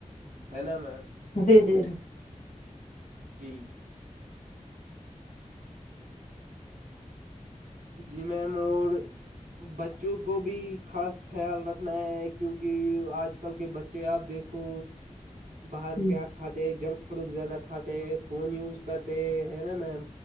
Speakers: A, on the right; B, on the left.
A: ہے نا میم
B: جی جی جی
A: جی جی میم اور بچوں کو بھی خاص خیال رکھنا ہے کیونک آج کل کے ب چے آپ دیکھو باہر
B: ہ
A: کیا کھاتے ہیں جنک فوڈ زیادہ کھاتے فون یوز کرتے ہیں ہے نا میم